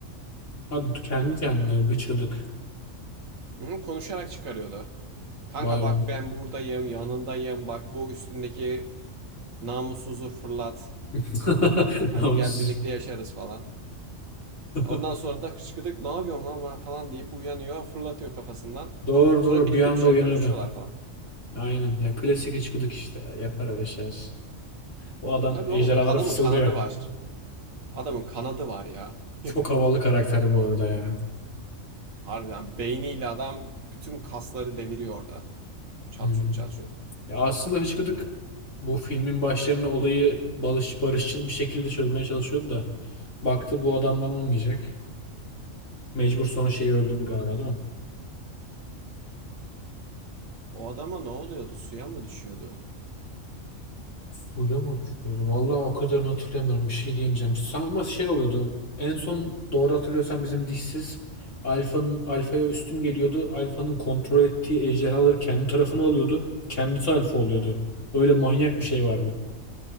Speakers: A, on the left (about 65°); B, on the right (about 80°).
A: Ha kendi kendine hıçkıdık.
B: Hı, konuşarak çıkarıyordu. Kanka
A: Vay
B: bak
A: be.
B: ben buradayım, yanındayım. Bak bu üstündeki namussuzu fırlat.
A: <laughs>
B: Hadi
A: Namussuz.
B: gel birlikte yaşarız falan.
A: <laughs>
B: Ondan sonra da hıçkıdık ne yapıyorum lan ben falan deyip uyanıyor, fırlatıyor kafasından.
A: Doğru
B: Sonra
A: doğru
B: birlikte
A: bir anda
B: düşerken
A: uyanıyordu.
B: uçuyorlar falan.
A: Aynen ya klasik hıçkıdık işte ya. Yapar öyle şeyler. O adam
B: Tabii
A: ejderhalara
B: oğlum adamın
A: fısıldıyor.
B: kanadı var. Adamın kanadı var ya. <laughs>
A: Çok havalı karakter bu arada ya.
B: Harbiden beyniyle adam bütün kasları deviriyor orada. Çat
A: Hı. hı.
B: şut çat şut.
A: Ya aslında Hıçkıdık bu filmin başlarında olayı barış, barışçıl bir şekilde çözmeye çalışıyordu da baktı bu adamdan olmayacak. Mecbur sonra şeyi öldürdü galiba değil mi?
B: O adama ne oluyordu? Suya mı düşüyordu?
A: Suya mı düşüyordu? Vallahi o kadarını hatırlamıyorum. Bir şey diyemeyeceğim. Sa- Ama şey oluyordu. En son doğru hatırlıyorsan bizim dişsiz Alfa'nın Alfa'ya üstün geliyordu. Alfa'nın kontrol ettiği ejderhaları kendi tarafına alıyordu. Kendisi Alfa oluyordu. Öyle manyak bir şey vardı.